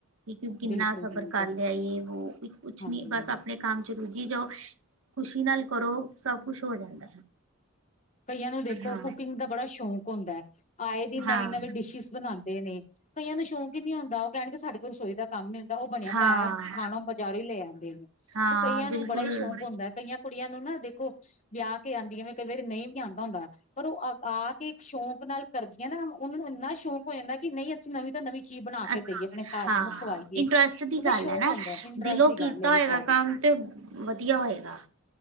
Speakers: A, on the right (about 65°); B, on the left (about 30°).
A: ਕਿਉਕੀ ਕਿ ਕਿੰਨਾ
B: ਬਿਲਕੁਲ
A: ਸਫ਼ਰ
B: ਜੀ
A: ਕਰ ਲਿਆ ਯੇ ਵੋ, ਕੁਛ
B: ਹਾਂਜੀ-ਹਾਂਜੀ
A: ਨੀ ਬਸ ਆਪਨੇ ਕੰਮ'ਚ ਰੁਝੀ ਜਾਓ, ਖੁਸ਼ੀ ਨਾਲ ਕਰੋ ਸਭ ਕੁਛ ਹੋ ਜਾਂਦਾ।
B: ਕਈਆਂ ਨੂੰ ਦੇਖੋ,
A: ਹਾਂ
B: ਕੁਕਿੰਗ ਦਾ ਬੜਾ ਸ਼ੌਂਕ ਹੋਂਦਾ, ਆਏ ਦੀਨ ਨਵੀਂ-ਨਵੀ
A: ਹਾਂ
B: ਡਿਸ਼ਿਸ ਬਣਾਉਂਦੇ ਨੇ। ਕਈਆਂ ਨੂੰ ਸ਼ੌਂਕ ਹੀ ਨਹੀਂ ਹੁੰਦਾ ਉਹ ਕਹਿਣਗੇ ਸਾਡੇ ਕੋਲ ਰਸੋਈ ਦਾ ਕੰਮ ਨਈ ਹੁੰਦਾ, ੳਹ ਬਣਿਆ-ਬਣਾਇਆ
A: ਹਾਂ
B: ਖਾਣਾ ਬਾਜ਼ਾਰੋਂ ਹੀ ਲੇ ਆਂਦੇ ਨੇ।
A: ਹਾਂ
B: ਤੇ ਕਈਆਂ
A: ਬਿਲਕੁਲ
B: ਨੂੰ ਬੜਾ ਹੀ ਸ਼ੌਕ ਹੁੰਦਾ, ਕਈਆਂ ਕੁੜੀਆਂ ਨੂੰ ਨਾ ਦੇਖੋ ਵਿਆਹ ਕੇ ਆਉਂਦੀਆਂ ਨੇ, ਕਈ ਵਾਰੀ ਨਹੀਂ ਆਉਂਦਾ ਹੁੰਦਾ, ਪਰ ਉਹ ਆ ਕੇ ਸ਼ੌਂਕ ਨਾਲ ਕਰਦੀਆਂ ਨਾ, ਉਹਨਾਂ ਨੂੰ ਇੰਨਾ ਸ਼ੌਂਕ ਹੋ ਜਾਂਦਾ ਕਿ ਨਹੀਂ ਅਸੀਂ ਨਵੀਂ ਤੋ ਨਵੀਂ ਚੀਜ਼ ਬਣਾ ਕੇ
A: ਅਸ
B: ਦੇਈਏ, ਆਪਣੇ ਘਰਦੇ
A: ਹਾਂ
B: ਨੂੰ ਖਵਾਈਏ,
A: ਇੰਟਰਸਟ ਦੀ
B: ਉਹਦਾ
A: ਗੱਲ
B: ਸ਼ੌਕ
A: ਹੈ ਨਾ
B: ਹੁੰਦਾ। ਇੰਟਰਸਟ
A: ਦਿਲੋਂ
B: ਦੀ ਗੱਲ
A: ਕੀਤਾ
B: ਹੈਗੀ
A: ਹੋਏਆ
B: ਸਾਰੀ।
A: ਕੰਮ, ਤੇ ਵਧੀਆ ਹੋਏਗਾ।